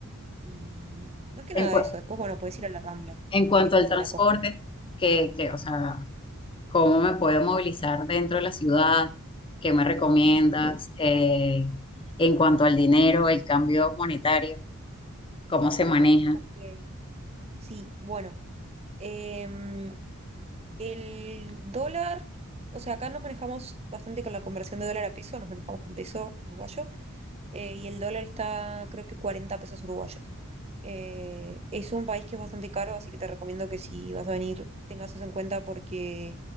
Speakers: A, on the right; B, on the left.
A: Y más que nada
B: En, cu-
A: eso. Después, bueno, podés ir a la Rambla,
B: en cuanto
A: que es como
B: al transporte,
A: la costa.
B: que, que, o sea, ¿cómo me puedo movilizar dentro de la ciudad? ¿Qué me recomiendas? Eh, en cuanto al dinero, el cambio monetario, ¿cómo se maneja?
A: Ok. Sí, bueno, em, el dólar, o sea, acá nos manejamos bastante con la conversión de dólar a peso, nos manejamos con peso uruguayo, eh, y el dólar está creo que 40 pesos uruguayos. Eh, es un país que es bastante caro, así que te recomiendo que si vas a venir tengas eso en cuenta porque